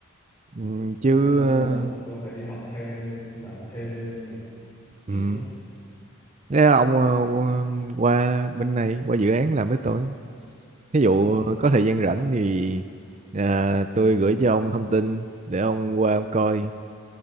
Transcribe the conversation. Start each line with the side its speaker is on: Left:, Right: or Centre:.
Right: ừm, chứ
Left: đó là lý
Right: ờ,
Left: do mà tôi phải đi học thêm làm thêm nè
Right: ừm,
Left: kiểu á.
Right: nếu là ông ờ, qua qua bên này qua dự án làm với tôi ví dụ
Left: ờ
Right: có thời gian rảnh thì à, tôi gửi cho ông thông tin để ông qua ông coi